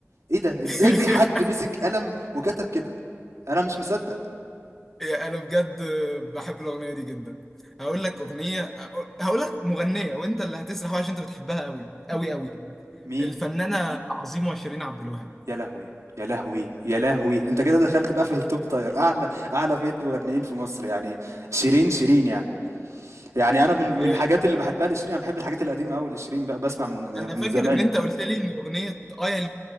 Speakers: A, on the right; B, in the centre.
A: إيه ده، إزاي
B: <laughs>
A: في حد مسك قلم وكتب كده؟ أنا مش مصدق،
B: يا انا بجد بحب الاغنيه دي جدا هقول لك اغنيه هقول لك مغنيه وانت اللي هتسرح بقى عشان انت بتحبها قوي قوي قوي
A: مين؟
B: الفنانه عظيمه شيرين عبد الوهاب
A: يا لهوي يا لهوي يا لهوي انت كده دخلت بقى في التوب تاير اعلى اعلى فئة مغنيين في مصر يعني شيرين شيرين يعني يعني انا من من
B: هي-
A: الحاجات اللي بحبها لشيرين انا بحب الحاجات القديمة قوي لشيرين بقى بسمع من
B: انا
A: من
B: فاكر
A: زمان
B: ان انت قلت لي ان اغنيه اه يا